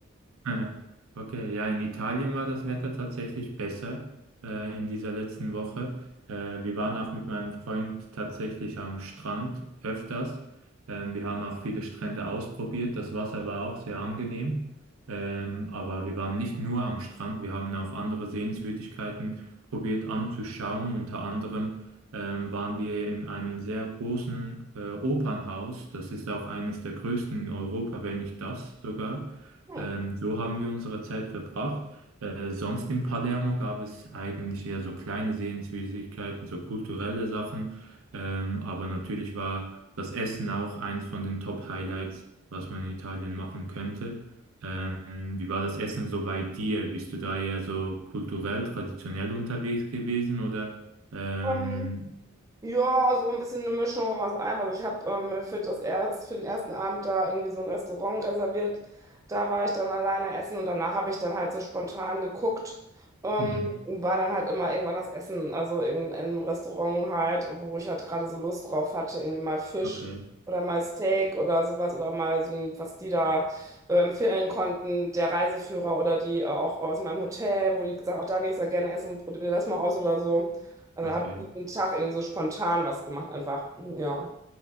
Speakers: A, on the right; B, on the right.
A: <laughs> Okay, ja, in Italien war das Wetter tatsächlich besser äh, in dieser letzten Woche. Äh, wir waren auch mit meinem Freund tatsächlich am Strand öfters. Ähm, wir haben auch viele Strände ausprobiert. Das Wasser war auch sehr angenehm. Ähm, aber wir waren nicht nur am Strand, wir haben auch andere Sehenswürdigkeiten probiert anzuschauen. Unter anderem ähm, waren wir in einem sehr großen äh, Opernhaus. Das ist auch eines der größten in Europa, wenn nicht das sogar.
B: Hm.
A: Ähm, so haben wir unsere Zeit verbracht. Äh, sonst in Palermo gab es eigentlich eher so kleine Sehenswürdigkeiten, so kulturelle Sachen. Ähm, aber natürlich war das Essen auch eins von den Top-Highlights, was man in Italien machen könnte. Ähm, wie war das Essen so bei dir? Bist du da eher so kulturell, traditionell unterwegs gewesen oder? Ähm,
B: <laughs> Ähm, Ja, so ein bisschen eine Mischung aus allem. Also ich habe äh, mir für das erst, für den ersten Abend da irgendwie so ein Restaurant reserviert. Da war ich dann alleine essen und danach habe ich dann halt so spontan geguckt. Ähm,
A: mhm.
B: und war dann halt immer irgendwann das Essen, also in, in einem Restaurant halt, wo ich halt gerade so Lust drauf hatte, irgendwie mal Fisch
A: Okay,
B: oder mal Steak oder sowas oder mal so ein, was die da äh, empfehlen konnten, der Reiseführer oder die äh, auch aus meinem Hotel, wo die gesagt, auch da gehe ich sehr gerne essen, probier das mal aus oder so. Also
A: okay.
B: habe ich jeden Tag irgendwie so spontan was gemacht, einfach. Ja.